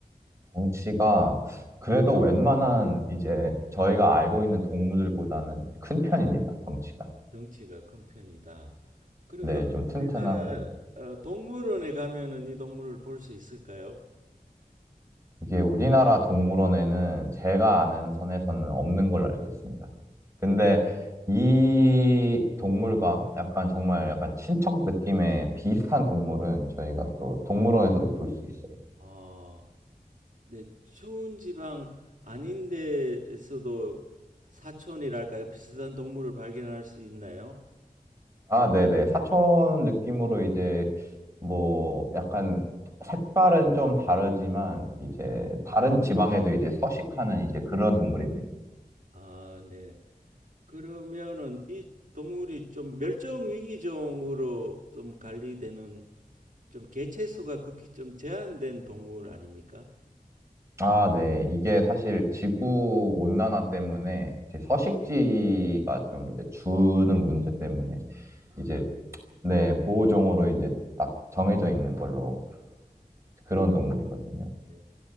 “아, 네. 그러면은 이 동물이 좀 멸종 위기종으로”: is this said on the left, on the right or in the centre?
Right